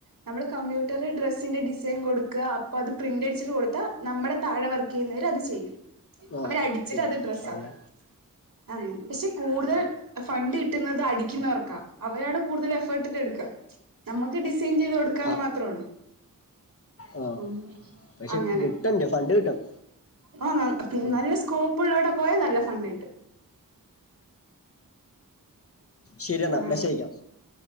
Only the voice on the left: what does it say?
ആ
ഉം,
അങ്ങനെ
ആ,
ആ
ആ
പക്ഷെ
കിട്ടണ്ടേ ഫണ്ട് കിട്ടും
ഉം.
ശരിയെന്നാ
മെശേയിക്കാം